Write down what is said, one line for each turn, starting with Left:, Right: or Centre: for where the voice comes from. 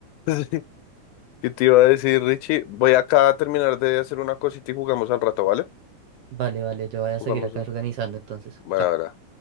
Left: Sí. ¿Qué te iba a decir, Richie? Voy acá a terminar de hacer una cosita y jugamos al rato, ¿vale?
Right: Vale, vale, yo voy a
Left: Jugamos.
Right: seguir acá organizando entonces.
Left: Bueno,
Right: Chao.
Left: ahora.